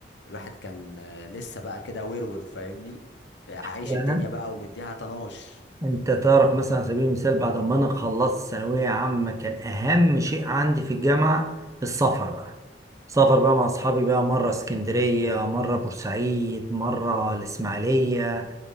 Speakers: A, on the left (about 70°); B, on the right (about 20°).
A: الواحد كان آه، لسه بقى كده ورور فاهمني آه، عايش
B: يعني
A: الدنيا بقى ومديها طناش
B: انت تعرف مثلا على سبيل المثال بعد ما انا خلصت ثانويه عامه كان اهم شيء عندي في الجامعه السفر بقى سفر بقى مع اصحابي بقى مره اسكندريه مره بورسعيد مره الاسماعيليه